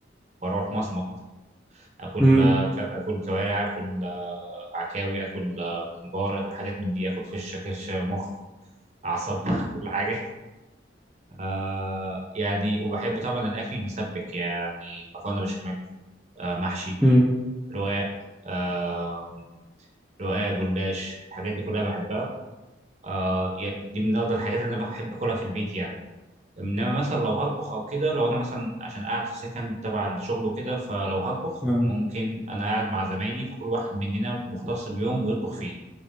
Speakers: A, on the right; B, in the centre.
A: بروح مصمت اكل
B: امم
A: آه، ك- اكل كوارع اكل آه، عكاوي اكل آه، ممبار اكل حاجات من دي اكل فشه كرشه مخ اعصاب <laughs> كل حاجه آه يعني وبحب طبعا الاكل المسبك يعني مكرونه بشاميل آه محشي
B: امم
A: رقاق آه رقاق جلاش الحاجات دي كلها بحبها آه يعني دي من افضل الحاجات اللي انا بحب اكلها في البيت يعني انما مثلا لو هطبخ او كده لو انا مثلا عشان قاعد في سكن تبع الشغل وكده فلو هطبخ
B: اه
A: ممكن انا قاعد مع زمايلي فكل واحد مننا مختص بيوم بيطبخ فيه